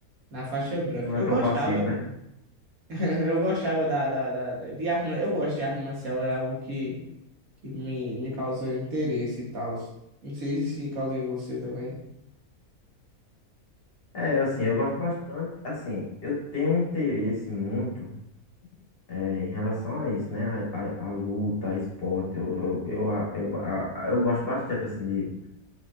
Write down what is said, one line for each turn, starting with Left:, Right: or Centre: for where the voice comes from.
Right: na faixa branca.
Left: Não é
Right: Eu
Left: tão
Right: gostava,
Left: passivo,
Right: de,
Left: né?
Right: <laughs> eu gostava da, da, da, da- de arte, ma- eu gosto de arte marcial, é algo que, que me, me causa interesse e tal. Não sei se causa em você também.
Left: É, assim, eu gosto bastante. Assim, eu tenho um interesse muito. É, em relação a isso, né? A, a, a luta, a esporte, eu, eu, eu, a- eu, ba- a- eu gosto bastante, assim, de,